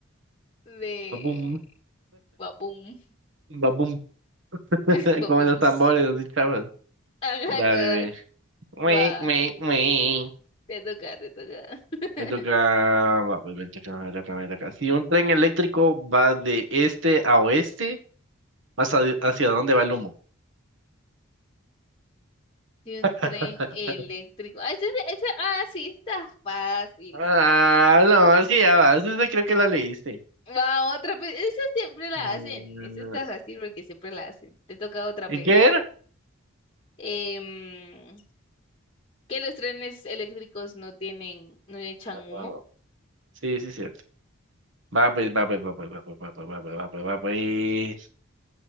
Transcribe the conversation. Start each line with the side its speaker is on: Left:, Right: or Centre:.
Left: de...
Right: babum,
Left: Babum?
Right: babum, <laughs>
Left: <laughs> Babums.
Right: como los tambores, así chavas.
Left: Ajá,
Right: Dale,
Left: cabal.
Right: ve. Ué,
Left: Va,
Right: ué, ué.
Left: te toca, te toca. <laughs>
Right: Me toca, va, pues, me toca, me toca, me toca. Si un tren eléctrico va de este a oeste, ¿hacia, hacia dónde va el humo?
Left: De un
Right: <laughs>
Left: tren eléctrico. Ah, ese- ese- ah, sí, está fácil.
Right: Ah, no, sí, ya vas. Esa creo que la leíste.
Left: Va, otra, pues, esa siempre la
Right: Mm,
Left: hacen. Esa está fácil porque siempre la hacen. Te toca otra,
Right: ¿Y
Left: pues,
Right: qué
Left: otra.
Right: era?
Left: Em, que los trenes eléctricos no tienen, no echan humo.
Right: Ah, Sí, sí, sí. Va pues, va pues, va pues, va pues, va pues, va pues, va pues, va pues.